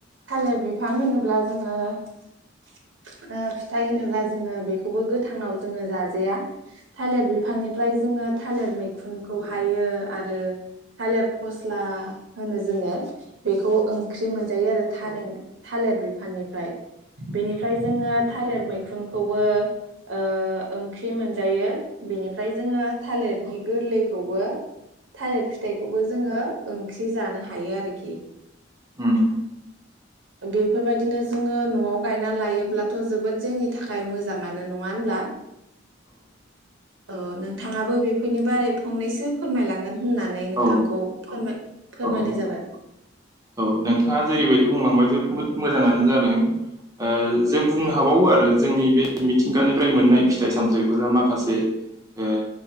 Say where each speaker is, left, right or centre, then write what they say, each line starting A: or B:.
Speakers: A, on the right; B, on the right.
A: थालिर बिफां होनोब्ला जोंङो ओ फिथाइ होनोब्ला जोंङो बेखौबो गोथाङाव जोंङो जाज जाया थालिर बि बिफांनिफ्राय जोंङो थालिर मै खुनखौ हाययो आरो थालिर फस्ला होनो जोंङो बेखौ ओंख्रि मोनजायो आरो थारें थालिर बिफांनिफ्राय बेनिफ्राय जोंङो थालिर मैखुनखौबो ओ ओंख्रि मोनजायो बेनिफ्राय जोंङो थालिरनि गोरलैखौबो थालिर फिथाइखौबो जोंङो ओंख्रि जानो हायो आरोखि
B: उम
A: बेफोरबायदिनो जोंङो नआव गायना लायोब्लाथ जोबोद जोंनि थाखाय मोजाङानो नङा होनब्ला औ नोंथाङाबो बेफोरनि बारै फंनैसो फोरमायलांगोन होननानै नोंथांखौ
B: औ
A: फोरमाय फोरमायनाय
B: औ औ
A: जाबाय
B: औ नोंथाङा जेरैबायदि बुंलांबाय जोबोद मोजाङानो जादों ओ जों बुंनो हाबावो आरो जोंनि बे मिथिंगानिफ्राय मोननाय फिथाइ सामथाइफोरा माखासे ओ